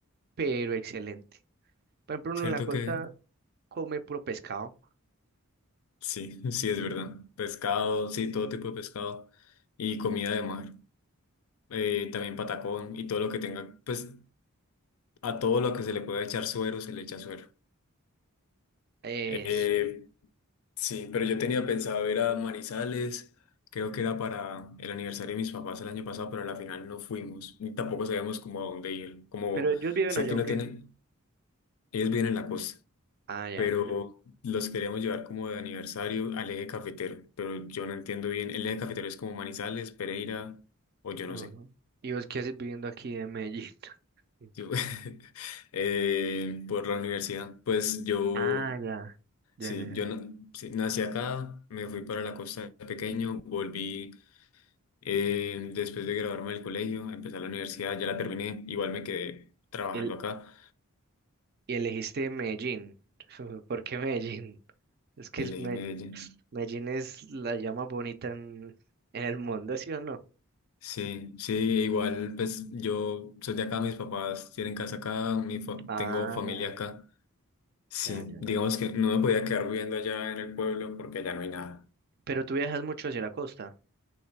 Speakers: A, on the right; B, on the left.
A: pero excelente. Por ejemplo, uno
B: ¿Cierto
A: en la costa
B: que?
A: come puro pescado.
B: Sí, <laughs> sí, es verdad. Pescado, sí, todo tipo de pescado y comida de mar eh, también patacón y todo lo que tenga, pues A todo lo que se le pueda echar suero, se le echa suero.
A: Eso.
B: Eh, sí, pero yo tenía pensado ir a Manizales, creo que era para el aniversario de mis papás el año pasado, pero a la final no fuimos, ni tampoco sabíamos como a dónde ir. Como
A: Pero ellos viven
B: sé
A: allá,
B: que
A: ¿o
B: no
A: qué?
B: tiene, ellos viven en la costa,
A: Ah, ya.
B: pero
A: Eh,
B: los queríamos llevar como de aniversario al eje cafetero, pero yo no entiendo bien, el eje cafetero es como Manizales, Pereira, o yo
A: ajá.
B: no sé.
A: ¿Y vos qué haces viviendo aquí en Medellín? <laughs>
B: Yo- <laughs> eh, por la universidad, pues yo
A: Ah, ya. Ya,
B: Sí,
A: ya, ya.
B: yo na- sí, nací acá, me fui para la costa de pequeño, volví eh, después de graduarme del colegio, empecé la universidad, ya la terminé, igual me quedé trabajando
A: El,
B: acá,
A: y elegiste Medellín. <laughs> ¿Por qué Medellín? Es que
B: elegí
A: el Me-
B: Medellín.
A: Medellín es la llama bonita en, en el mundo, ¿sí o no?
B: Sí, sí, igual pues yo soy de acá, mis papás tienen casa acá, mi fa-
A: Ah,
B: tengo familia
A: ya,
B: acá. Sí,
A: ya, ya,
B: digamos
A: ya.
B: que no me podía quedar viviendo allá en el pueblo porque allá no hay nada.
A: Pero tú viajas mucho hacia la costa.